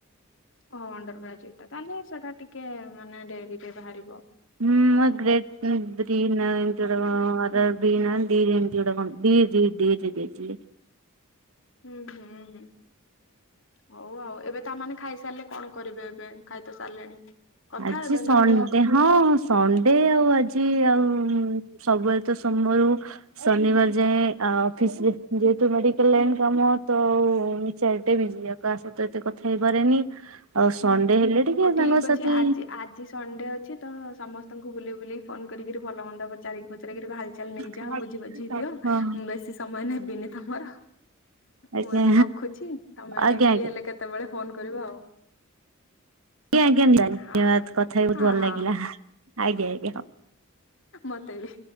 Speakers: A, on the left; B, on the right.
A: ଓହୋ ଅଣ୍ଡର ଗ୍ରାଜୁଏଟଟା ତାହେଲେ ସେଟା ଟିକେ ମାନେ ଡେରି ରେ ବାହାରିବ।
B: ହୁଁ ମୁଁ ଗ୍ରେଟ ଗ୍ରିନ ନା ଏମତି ଗୋଟେ କଣ ଅର ବିନ୍ ଏମିତି ଗୋଟେ କଣ ଡି ଡି ଡି। ଡି ଦେଇଥିଲି।
A: ହୁଁ ହୁଁ ହୁଁ। ହଉ ଆଉ ଏବେ ତାମାନେ ଖାଇସାରିଲେ କଣ କରିବେ ଏବେ ଖାଇ ତ ସାରିଲେଣି? କଥା
B: ଆଜି
A: ହେବେ
B: ସନଣ୍ଡେ।
A: ନା କଣ
B: ହଁ ସଣ୍ଡେ ଆଉ ଆଜି ଆଉ ସବୁବେଳେ ତ ସୋମବାର ରୁ ଶନିବାର ଯାଏଁ ଅଫିସ ଯେହେତୁ ମେଡିକାଲ ଲାଇନ୍ କାମ ତ ଚାରିଟାଇମ୍ ବିଜି ଆଉ କାହା ସହିତ ଏତେ କଥା ହେଇପାରେନି ଆଉ ସଣ୍ଡେ ହେଲେ ଟିକେ
A: ହଉ ଠିକ
B: ସାଙ୍ଗସାଥି
A: ଅଛି ଆଜି ଆଜି ସଣ୍ଡେ ଅଛି ତ ସମସ୍ତଙ୍କୁ ବୁଲି ବୁଲି ଫୋନ କରିକିରି ଭଲ ମନ୍ଦ ପଚାରିକି ପଚାରିକିରି ହାଲ ଚାଲ ନେଇଯାଅ
B: ହଁ
A: ବୁଝି ବାଝି ଦିଅ। ମୁଁ ବେଶୀ ସମୟ ନେବିିନି ତମର।
B: ଆଜ୍ଞା
A: ମୁଁ ଏବେ ରଖୁଛି ତମେ
B: ଆଜ୍ଞା ଆଜ୍ଞା
A: ଫ୍ରି ହେଲେ କେତେବେଳେ ଫୋନ କରିବ ଆଉ।
B: ଆଜ୍ଞା ଆଜ୍ଞା ନିହାତି
A: ହଁ
B: ଧନ୍ୟବାଦ କଥା ହେଇକି
A: ହଁ
B: ବହୁତ ଭଲ
A: ହଁ
B: ଲାଗିଲା ଆଜ୍ଞା ଆ
A: ମତେ ବି